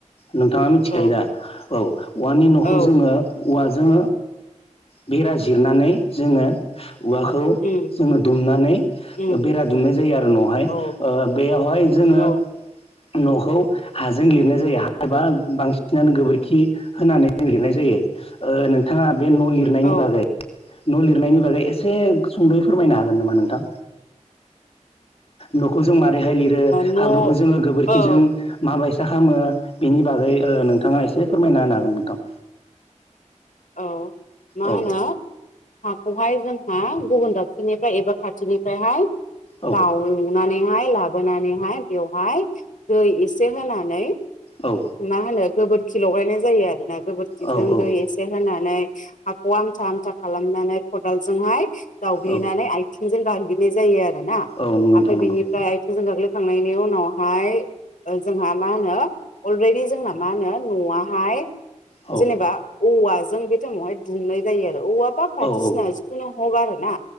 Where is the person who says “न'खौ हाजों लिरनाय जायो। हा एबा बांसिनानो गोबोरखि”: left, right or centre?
Left